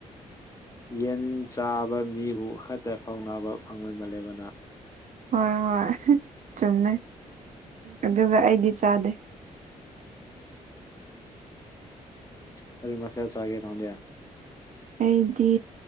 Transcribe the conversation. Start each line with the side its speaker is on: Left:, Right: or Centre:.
Left: ꯌꯦꯟ ꯆꯥꯕ ꯃꯤꯕꯨ ꯈꯛꯇ ꯊꯧꯅꯥꯅꯕ ꯐꯪꯕ ꯃꯥꯜꯂꯦꯕ ꯅ
Right: ꯍꯣꯏ ꯍꯣꯏ ꯆꯨꯝꯃꯦ ꯑꯗꯨꯒ ꯑꯩꯗꯤ ꯆꯥꯗꯦ
Left: ꯀ꯭ꯔꯤ ꯃꯊꯦꯜ ꯆꯥꯒꯦ ꯅꯥꯡꯗꯤ
Right: ꯑꯩꯗꯤ